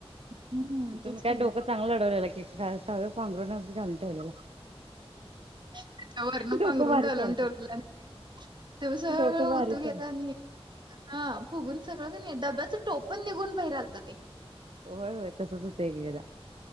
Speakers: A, on the right; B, on the right.
A: हं,
B: तुम्ही
A: तेच
B: काय
A: की.
B: डोकं चांगलं लढवलेलं की सव पांघरूनच घालून ठेवलेला
A: ह त्याच्या वरण
B: डोकं
A: पांघरून
B: भारी
A: घालून
B: चालतय
A: ठेवलं तेव्हा सगळं
B: डोकं भारी
A: ओतू गेला
B: चाल
A: आणि हा फुगून सगळं क डब्याचं टोपण निघून बाही रालतं ते
B: होय होय तसंच होतंय क एकदा